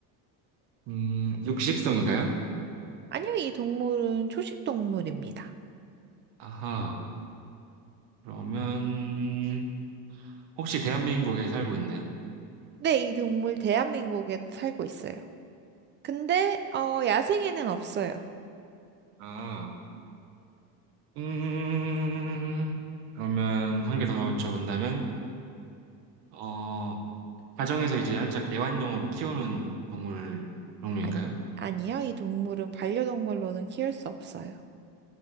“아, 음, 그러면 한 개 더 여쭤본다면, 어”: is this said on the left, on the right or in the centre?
Right